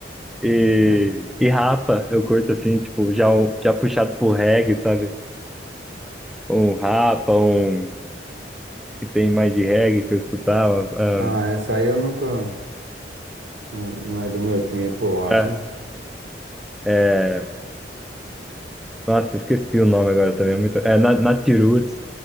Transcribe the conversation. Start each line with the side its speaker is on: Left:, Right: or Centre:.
Centre: E,
Right: É.
Centre: e rapa, eu curto, assim, tipo, já, um- já puxado pro reggae, sabe? Um rapa, um que tem mais de reggae que eu escutava. ahn,
Right: Ah, essa aí eu nunca. Não não é do meu tempo, eu acho.
Centre: é, é, nossa, esqueci o nome agora também. É, muito, é Na- Natiroots.